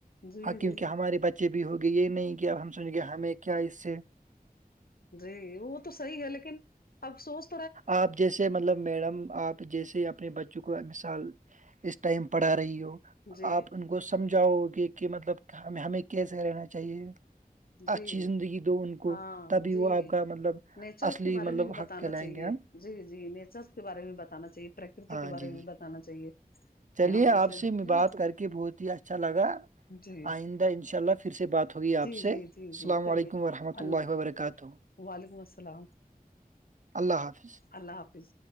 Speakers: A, on the left; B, on the right.
A: جی
B: ہاں کیونکہ
A: جی
B: ہمارے بچے بھی ہوگے یہ نہیں کہ اب ہم سونچنگے ہمیں کیا اس سے
A: جی وہ تو صحیح ہے لیکن افسوس
B: آپ جیسے مطلب میڈم آپ جیسے اپنے بچوں کو مثال اس ٹائم پڑھا رہی ہو
A: جی
B: آپ ان کو سمجھاؤ گے کہ مطلب ہم ہمیں کیسے رہنا چاہیے
A: جی
B: اچھی زندگی دو ان کو
A: ہاں
B: تبھی
A: جی
B: وہ آپ کا مطلب
A: نیچرس
B: اصلی
A: کے بارے
B: مطلب
A: میں بھی بتانا
B: حق کہلائیں
A: چاہیے
B: گے ہم
A: جی جی نیچر کے بارے میں بتانا چاہیے پرکرتی
B: ہاں
A: کے بارے
B: جی
A: میں
B: جی
A: بتانا چاہیے
B: چلیے
A: کہ ہم
B: آپ
A: ایسے
B: سے بات
A: نا
B: کر کے بہت ہی اچھا لگا
A: جی
B: آئندہ ان شاء اللہ پھر سے بات ہوگی
A: جی
B: آپ سے
A: جی
B: السلام
A: جی جی چلیے
B: علیکم ورحمۃ
A: اللہ
B: وبرکاتہ
A: وعلیکم السلام
B: اللہ حافظ
A: اللہ حافظ